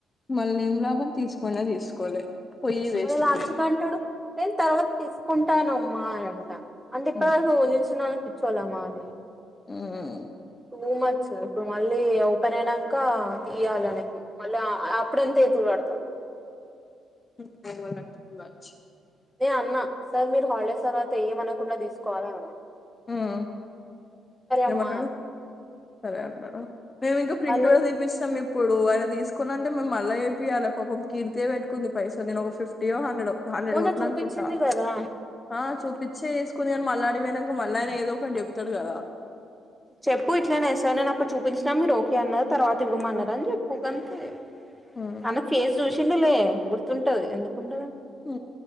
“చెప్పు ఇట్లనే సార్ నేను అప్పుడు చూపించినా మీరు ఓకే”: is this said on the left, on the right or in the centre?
Centre